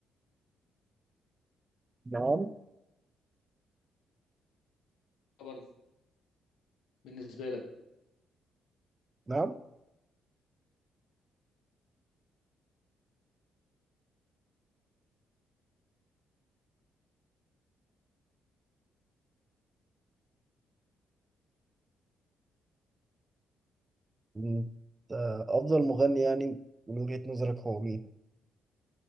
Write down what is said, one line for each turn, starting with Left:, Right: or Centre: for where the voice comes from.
Right: نعم
Left: رابرز بالنسبة لك
Right: نعم مم. آه، افضل مغني يعني من وجهة نظرك هو مين